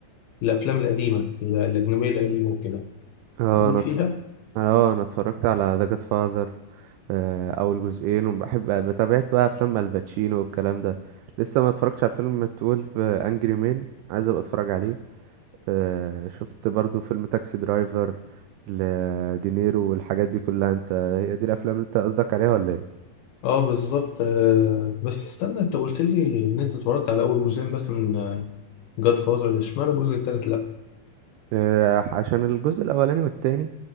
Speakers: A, on the left; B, on the right.
A: الافلام القديمه ال- الاجنبيه القديمه وكده
B: اه
A: ليك
B: انا
A: فيها
B: اتف... اه انا اتفرجت على ذا جاد فاذر اول جزئين وبحب بتابعت بقى افلام الباتشينو والكلام ده لسه ما اتفرجتش على فيلم 12 انجري مان عايز ابقى اتفرج عليه آه شفت برضو فيلم تاكسي درايفر لدينيرو والحاجات دي كلها انت هي دي الافلام اللي انت قصدك عليها ولا ايه
A: اه بالظبط آه، بس استنى انت قلت لي ان انت اتفرجت على اول جزئين بس من جاد فازر اشمعنى الجزء التالت لا
B: آه، عشان الجزء الاولاني والتاني